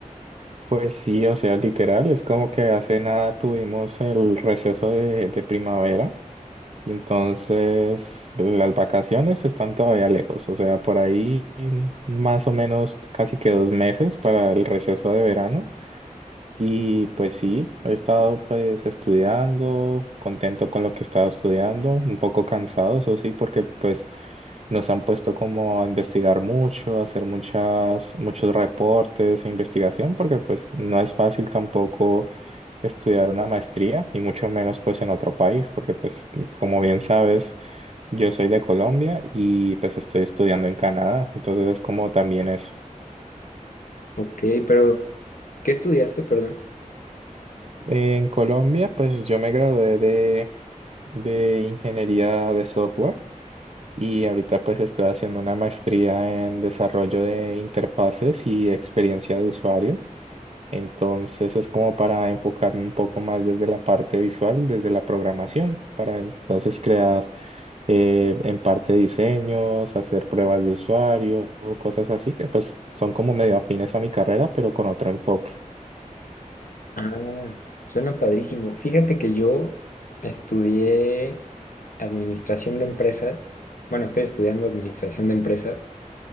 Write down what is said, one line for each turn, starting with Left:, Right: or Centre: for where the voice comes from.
Right: Pues sí, o sea, literal, es como que hace nada tuvimos el receso de, de primavera y entonces las vacaciones están todavía lejos, o sea, por ahí mm, más o menos casi que dos meses para el receso de verano. Y pues sí, he estado pues estudiando, contento con lo que he estado estudiando, un poco cansado, eso sí, porque pues nos han puesto como a investigar mucho, a hacer muchas, muchos reportes e investigación, porque pues no es fácil tampoco estudiar una maestría y mucho menos pues en otro país, porque pues como bien sabes, yo soy de Colombia y pues estoy estudiando en Canadá, entonces es como también es.
Left: Ok, pero ¿qué estudiaste, perdón?
Right: En Colombia, pues yo me gradué de ingeniería de software y ahorita pues estoy haciendo una maestría en desarrollo de interfaces y experiencia de usuario. Entonces es como para enfocarme un poco más desde la parte visual, desde la programación, para entonces crear eh, en parte diseños, hacer pruebas de usuario, cosas así que pues son como medio afines a mi carrera, pero con otro enfoque.
Left: Ah, suena padrísimo. Fíjate que yo estudié administración de empresas, bueno, estoy estudiando administración de empresas